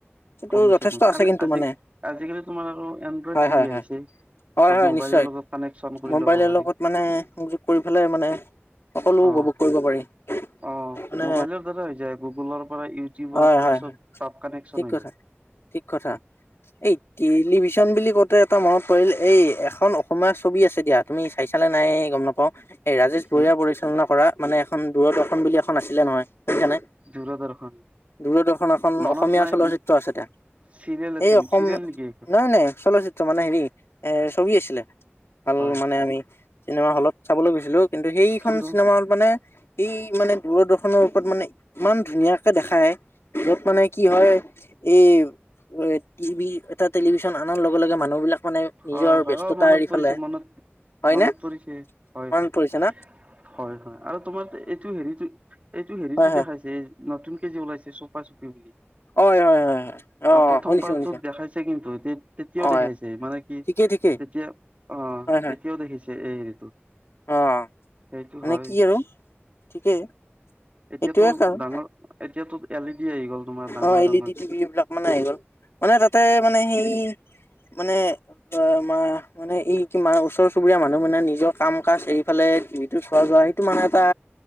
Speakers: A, on the left (about 70°); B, on the right (about 30°).
A: কিন্তু
B: কমিছে,
A: যথেষ্ট
B: কমিছে
A: আছে কিন্তু
B: আজি,
A: মানে
B: আজিকালি তোমাৰ আৰু এনড্ৰইড
A: হয়
B: টিভি
A: হয় হয়
B: আহিছে।
A: হয়,
B: চব
A: হয়
B: মোবাইলৰ
A: নিশ্চয়
B: লগত কানেকচন কৰি
A: মোবাইলৰ
B: ল'ব পাৰি
A: লগত মানে সংযোগ কৰি পেলাই মানে সকলো
B: অ
A: উপভোগ কৰিব পাৰি।
B: অ,
A: মানে
B: মবাইলৰ দ্বাৰা হৈ যায়, গুগলৰ পৰা, ইউটিউবৰ
A: হয়
B: পৰা,
A: হয়
B: চব
A: হয়
B: টাত কানেকছন
A: ঠিক
B: হৈ
A: কথা
B: যায়।
A: ঠিক কথা, এই <inaudible> বুলি কওঁতে এটা মনত পৰিল, এই এখন অসমীয়া ছবি আছে দিয়া, তুমি চাই চানে নাই গম নাপাওঁ। এই ৰাজেশ
B: কি
A: বৰঞাৰ পৰিচালনা কৰা, মানে এখন দূৰ-ৰ্দশন বুলি এখন আছিলে নহয় বুজিছানে।
B: দূৰদৰ্শন
A: দূৰদৰ্শন এখন
B: মনত
A: অসমীয়া
B: নাই
A: চলচিত্ৰ আছিলে।
B: চিৰিয়েল আছে
A: এই
B: নেকি
A: অসম,
B: চিৰিয়েল নেকি এইখন
A: নাই নাই চলচিত্ৰ মানে হেৰি এ ছবি আছিলে, ভাল
B: হয়
A: মানে আমি চিনেমা হলত চাবলৈ গৈছিলোঁ। কিন্তু সেইখন
B: কিন্তু
A: চিনেমা হলত মানে এই মানে দূৰদৰ্শনৰ ওপৰত মানে ইমান ধুনীয়াকে দেখায়। য'ত মানে কি হয় এই টিভি এটা টেলিভিশ্যন আনাৰ লগে লগে মানুহ বিলাক মানে নিজৰ
B: হয় হয়
A: ব্যস্ততা
B: অ মনত
A: এৰি
B: পৰিছে
A: ফেলে
B: মনত
A: হয়নে
B: মনত পৰিছে হয়
A: মনত
B: হয়
A: পৰিছে ন?
B: হয় হয় আৰু তোমাৰ এইটো হেৰিটো এইটো হেৰিটো
A: হয়
B: দেখাইছে। নতুনকে যে ওলাইছে চোপা চুপি।
A: হয় হয় হয় হয় হয়
B: অ', প্ৰথম
A: শুনিছো
B: পাৰ্টটোত
A: শুনিছো
B: দেখাইছে, কিন্তু তেতিয়াও
A: অ
B: দেখাইছে, মানে কি
A: ঠিকেই ঠিকেই
B: তেতিয়া অ',
A: হয় হয়
B: তেতিয়াও দেখিছে এই হেৰিটো
A: অ',
B: সেইটো
A: মানে
B: হয়
A: কি আৰু ঠিকেই।
B: এতিয়াতো
A: এইটোয়ে কাৰণ
B: ডাঙৰ, এতিয়াতো এল ই ডি আহি গ'ল। তোমাৰ ডাঙৰ
A: অ', এল
B: ডাঙৰ
A: ই ডি টিভি এইবিলাক মানে আহি গ'ল মানে তাতে মানে সেই মানে <unintelligible> মানে ই কি মা ওচৰ চুবুৰীয়া মানুহ মানে নিজৰ কাম কাজ এৰিফালে টিভিটো চোৱা যোৱা সেইটো মানে এটা